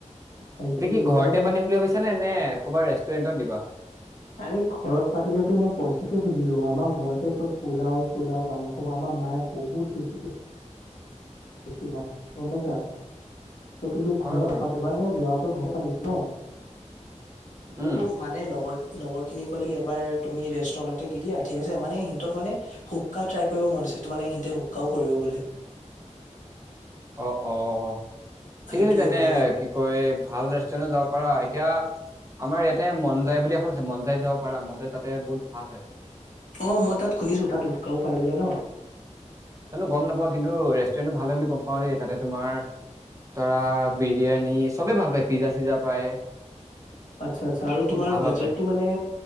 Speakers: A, on the left (about 85°); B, on the right (about 25°).
A: সেইটোৱেতো
B: এতিয়া কি
A: সেইকাৰণে
B: ঘৰতে পাতিম বুলি ভাবিছা নে, নে ক'বাৰ ৰেষ্টুৰেণ্টত দিবা?
A: আৰে ঘৰত পাতিলে তো মই পইচাকে খুজিলো হয় আমাৰ ঘৰতে চব পোলাওঁ চোলাও মাংস আমাৰ মায়ে বহুত টেষ্টিকে <unintelligible> বনাই গম পাইছা ত' কিন্তু
B: হয়
A: ঘৰত
B: বাৰু
A: নাপাতো <unintelligible> ঘৰতে পাতিছো ন'। <unintelligible>
B: উম
A: মানে লগৰ- লগৰ খিনি ক'লে কি এবাৰ তুমি ৰেষ্টুৰেন্টতে দি দিয়া ঠিক আছে, মানে সিহঁতক মানে শুকা ট্ৰাই কৰিব মন আছে, ত' মানে সহতে শুকাও কৰিব বোলে।
B: অ', অ', ঠিক
A: সেইটোয়ে
B: আছে তেনে
A: মানে
B: কি কয় ভাল ৰেষ্টুৰেণ্ট যাব পাৰা এতিয়া আমাৰ ইয়াতে মন যাই বুলি এখন আছে মন যাইত যাব পাৰা মন যাই তাতে বহুত ভাল হয়।
A: অ' মই তাত শুনিছো তাত হুকাও পাই বোলে ন!
B: জানো গম নাপাও, কিন্তু ৰেষ্টুৰেণ্টো ভাল হয় বুলি গম পাওঁ দেই তাতে তোমাৰ ধৰা বিৰিয়ানী চবে ভাল পায় পিজ্জা চিজা পায়।
A: আচ্ছা, আচ্ছা আৰু
B: বহুত
A: তোমাৰ
B: ভাল ভাল
A: বাজেটটো
B: পায়
A: মানে